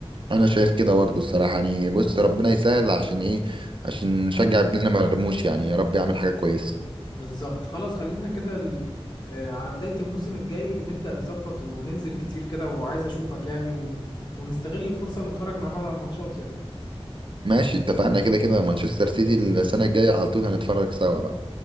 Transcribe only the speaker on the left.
بالظبط خلاص خلينا كده ال... آه، على بداية الموسم الجاي نبدأ نظبط وننزل كتير كده وعايز أشوفك يعني ون... ونستغل الفرصة ونتفرج مع بعض على الماتشات يعني